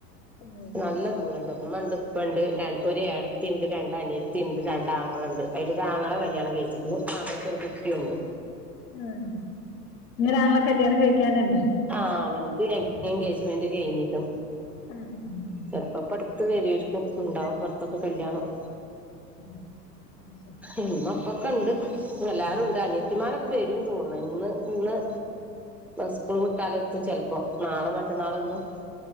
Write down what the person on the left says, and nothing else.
ഉം
ഉം ഇങ്ങ് ഒരാങ്ങള കല്ല്യാണം കഴിക്കാനിണ്ട്.
ഉം ഉം
ഉം അത് ശരി
ഉം